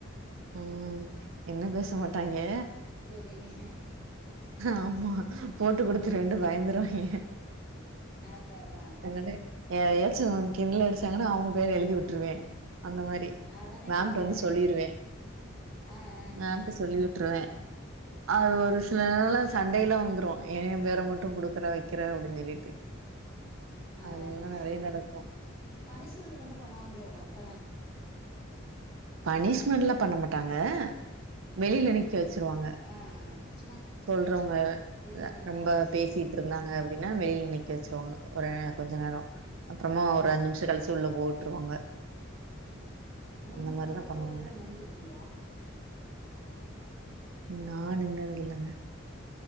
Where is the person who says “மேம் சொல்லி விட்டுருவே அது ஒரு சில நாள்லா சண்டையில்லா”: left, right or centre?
Right